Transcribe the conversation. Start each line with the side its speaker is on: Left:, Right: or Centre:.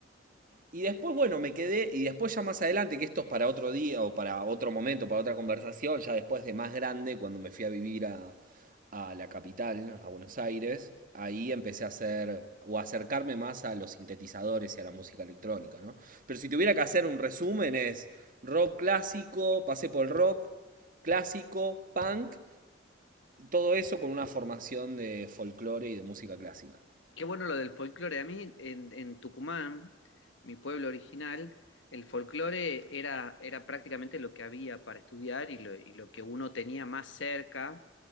Right: y después, bueno, me quedé, y después ya más adelante, que esto es para otro día o para otro momento, para otra conversación, ya después de más grande, cuando me fui a vivir a, a la capital, a Buenos Aires, ahí empecé a hacer o a acercarme más a los sintetizadores y a la música electrónica, ¿no? Pero si tuviera que hacer un resumen es rock clásico, pasé por el rock clásico, punk, todo eso con una formación de folclore y de música clásica.
Left: Qué bueno lo del folclore. A mí en, en Tucumán, mi pueblo original, el folclore era, era prácticamente lo que había para estudiar y lo, y lo que uno tenía más cerca.